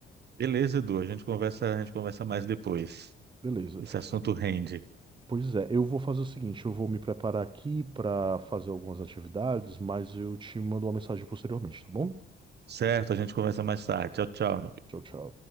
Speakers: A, on the right; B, on the right.
A: Beleza, Edu, a gente conversa, a gente conversa mais depois.
B: Beleza.
A: Esse assunto rende.
B: Pois é, eu vou fazer o seguinte, eu vou me preparar aqui para fazer algumas atividades, mas eu te mando uma mensagem posteriormente, tá bom?
A: Certo, a gente conversa mais tarde. Tchau, tchau.
B: Tchau, tchau.